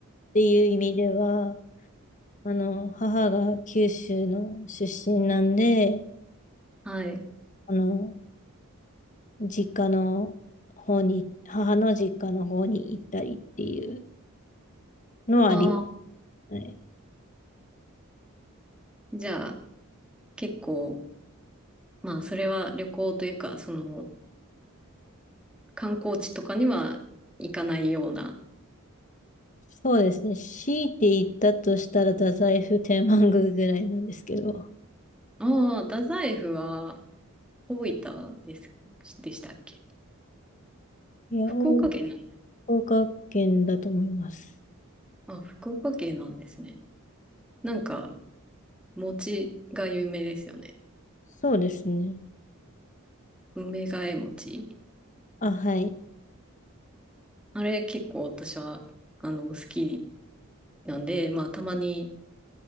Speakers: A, on the left; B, in the centre.
A: ていう意味では、あの、母が九州の出身なんで、
B: はい。
A: あの、実家の方に、母の実家の方に行ったりっていうのはありま
B: ああ、
A: すね。
B: じゃあ結構、まあそれは旅行というか、その、観光地とかには行かないような。
A: そうですね。強いて言ったとしたら、太宰府天満宮ぐらいなんですけど。
B: ああ、太宰府は大分です、でしたっけ
A: いや、
B: 福岡県なんだ。
A: 大岡県だと思います。
B: あ、福岡県なんですね。なんか、餅が有名ですよね。
A: そうですね。
B: 梅替え餅。
A: あ、はい。
B: あれ結構私は、あの、好きなんで、まあ、たまに